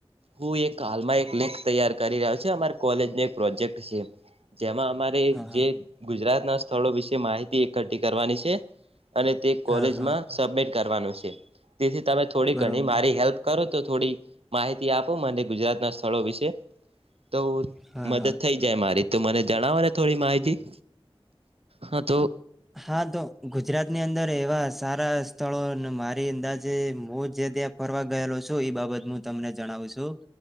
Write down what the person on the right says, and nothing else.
હુ એક હાલમાં એક લેક તૈયાર કરી રહ્યો છે, અમાર કોલેજ ન એક પ્રોજેક્ટ છે. જેમા અમારે
જે ગુજરાતના સ્થળો, વિશે માહિતી એકઠી કરવાની છે. અને તે કોલેજમા
સબમિટ કરવાનું છે, તેથી તમે થોડી
ઘણી મારી હેલ્પ, કરો તો થોડી માહિતી આપો મને ગુજરાતના, સ્થળો વિશે તો
મદદ
થઈ જાય, મારી તો મને જણાવો ને થોડી માહિતી હા તો